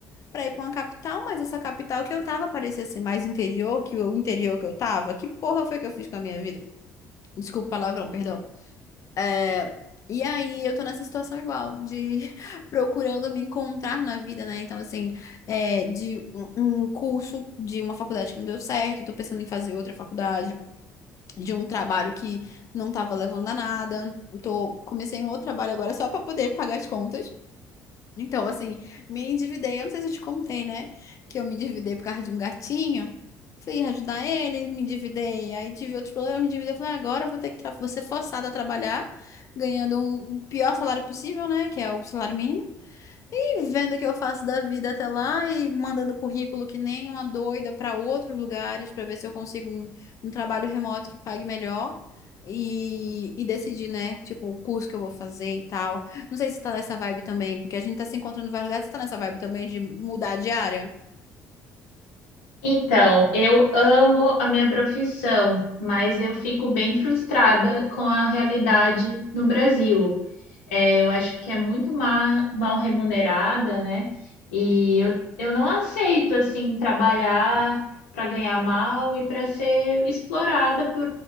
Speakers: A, on the left; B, on the left.
A: para ir para uma capital, mas essa capital que eu tava parecia ser mais interior que o interior que eu tava. Que porra foi que eu fiz com a minha vida? Desculpa o palavrão, perdão. É, e aí eu tô nessa situação igual, de <laughs> procurando me encontrar na vida, né? Então, assim, é, de um um curso de uma faculdade que não deu certo, tô pensando em fazer outra faculdade, de um trabalho que não tava levando a nada. Tô, comecei um outro trabalho agora só pra poder pagar as contas. Então, assim, me endividei. Eu não sei se eu te contei, né? Que eu me endividei por causa de um gatinho. Fui ajudar ele, me endividei. Aí tive outros problemas, me endividei. Falei, "Ah, agora eu vou ter que tra- vou ser forçada a trabalhar, ganhando um- o pior salário possível, né? Que é o salário mínimo. E vendo o que eu faço da vida até lá e mandando currículo que nem uma doida para outros lugares para ver se eu consigo um, um trabalho remoto que pague melhor. E, e decidir, né? Tipo, o curso que eu vou fazer e tal. Não sei se tá nessa vibe também, porque a gente tá se encontrando em vários lugares. Você tá nessa vibe também de mudar de área?
B: Então, eu amo a minha profissão, mas eu fico bem frustrada com a realidade no Brasil. É, eu acho que é muito ma- mal remunerada, né? E eu, eu não aceito, assim, trabalhar para ganhar mal e para ser explorada